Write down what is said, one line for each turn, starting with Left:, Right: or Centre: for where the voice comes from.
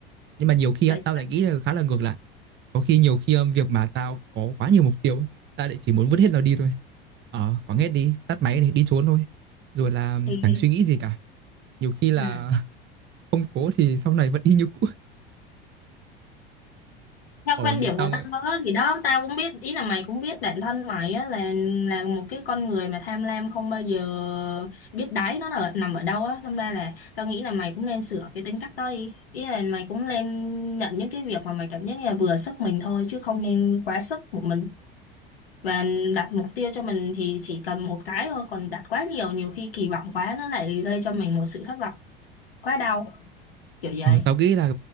Right: nhưng mà nhiều khi
Left: Vậy
Right: á, tao lại nghĩ là khá là ngược lại có khi nhiều khi um, việc mà tao có quá nhiều mục tiêu á, tao lại chỉ muốn vứt hết nó đi thôi ờ quẳng hết đi tắt máy này đi trốn thôi rồi là um,
Left: thì
Right: chẳng suy nghĩ gì cả nhiều khi là
Left: ừ.
Right: <laughs> không cố thì sau này vẫn y như cũ
Left: theo
Right: ở
Left: quan điểm
Right: tao
Left: của tao đó thì đó tao cũng biết ý là mày cũng biết bản thân mày á là là một cái con người mà tham lam không bao giờ biết đáy nó là nằm ở đâu á đâm ra là tao nghĩ là mày cũng nên sửa cái tính cách đó đi ý là mày cũng nên nhận những cái việc mà mày cảm giác như là vừa sức mình thôi chứ không nên quá sức của mình và đặt mục tiêu cho mình thì chỉ cần một cái thôi còn đặt quá nhiều nhiều khi kỳ vọng quá nó lại gây cho mình một sự thất vọng quá đau kiểu vậy
Right: Ờ, tao nghĩ là